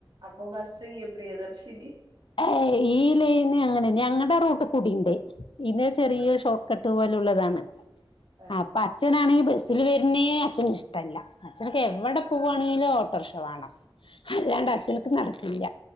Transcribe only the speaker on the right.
അപ്പൊ ബസ്സ്ല്ല്യെ പ്രിയദർശിനി
ആഹ്
തന്നെ